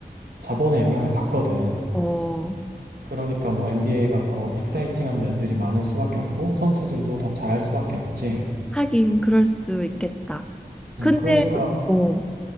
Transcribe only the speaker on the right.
자본의 영향을 받거든.
그러니까 뭐, NBA가 더 익사이팅한 면들이 많을 수밖에 없고, 선수들도 더 잘할 수밖에 없지.
음, 그러니까